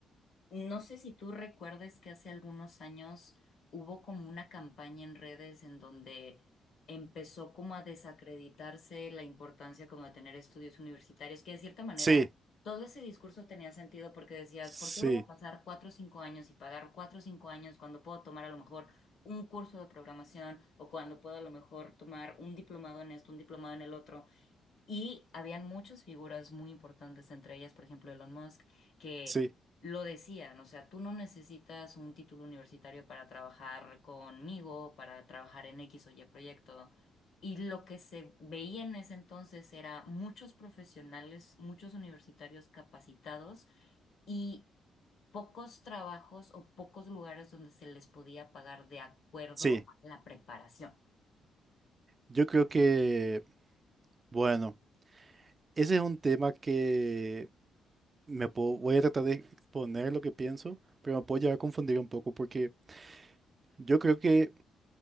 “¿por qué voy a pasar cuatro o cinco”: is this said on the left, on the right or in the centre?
Left